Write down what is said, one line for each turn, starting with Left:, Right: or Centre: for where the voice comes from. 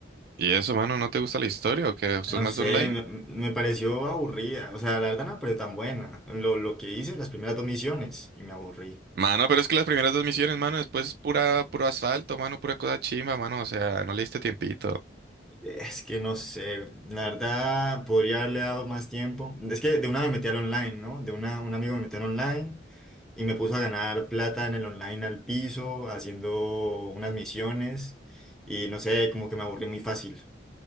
Right: ¿Y eso, mano, no te gusta la historia o qué? ¿Sos
Centre: No
Right: más
Centre: sé,
Right: de online?
Centre: me, me pareció aburrida, o sea, la verdad no pero tan buena. Lo, lo que hice, las primeras dos misiones, y me aburrí.
Right: Mano, pero es que las primeras dos misiones, mano, después es pura, puro asalto, mano, pura cosa chimba, mano, o sea, no le diste tiempito.
Centre: Es que no sé, la verdad podría haberle dado más tiempo. Es que de una me metí al online, ¿no? De una, un amigo me metió al online y me puso a ganar plata en el online al piso, haciendo unas misiones y no sé, como que me aburrí muy fácil.